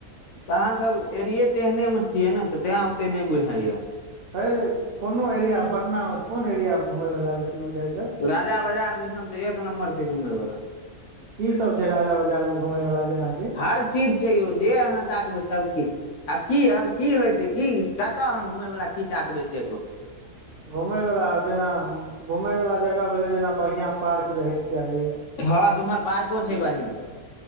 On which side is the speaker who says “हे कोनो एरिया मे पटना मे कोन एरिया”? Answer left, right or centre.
Right